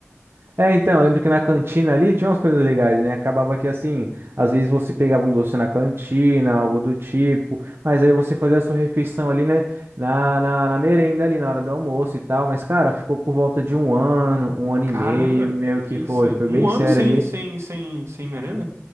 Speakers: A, on the right; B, on the right.
A: É, então, eu lembro que na cantina ali tinha umas coisas legais, né? Acabava que assim, às vezes você pegava um doce na cantina, algo do tipo, mas aí você fazia a sua refeição ali, né? Na, na, na merenda ali, na hora do almoço e tal. Mas, cara, ficou por volta de um ano, um ano
B: Caramba,
A: e meio, meio que
B: que isso?
A: foi, foi
B: Um
A: bem
B: ano
A: sério
B: sem, sem, sem, sem merenda?